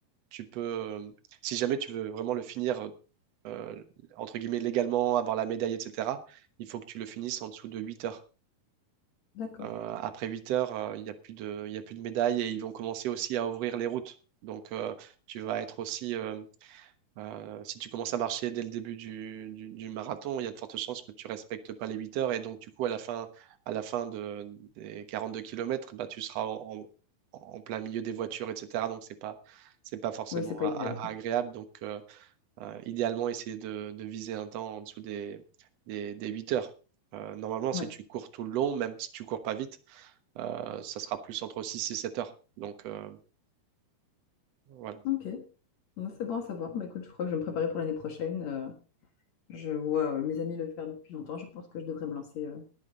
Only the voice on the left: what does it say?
D'accord.
Oui, c'est pas
idéal.
Ouais.
Ok. Non, c'est bon à savoir. Bah, écoute, je crois que je vais me préparer pour l'année prochaine. Euh, je vois euh, mes amis le faire depuis longtemps. Je pense que je devrais me lancer. euh,